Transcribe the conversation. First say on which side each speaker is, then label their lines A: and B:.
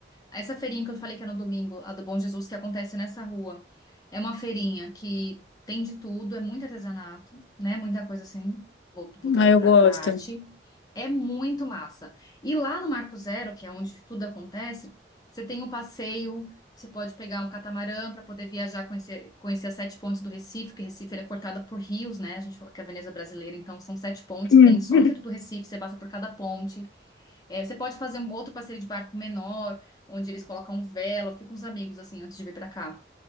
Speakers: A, on the left; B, on the left.
A: Essa feirinha que eu falei que é no domingo, a do Bom Jesus, que acontece nessa rua, é uma feirinha que tem de tudo, é muito artesanato, né? Muita coisa assim, vol- voltada
B: Ah, eu
A: para
B: gosto.
A: para arte. É muito massa. E lá no Marco Zero, que é onde tudo acontece, você tem um passeio, você pode pegar um catamarã para poder viajar, conhecer, conhecer as sete pontes do Recife, que Recife ele é cortada por rios, né? A gente fala que é a Veneza brasileira, então são sete pontes
B: Hum.
A: que tem só
B: <laughs>
A: no centro do Recife, você passa por cada ponte. É, você pode fazer um outro passeio de barco menor, onde eles colocam vela. Eu fui com os amigos, assim, antes de vir pra cá.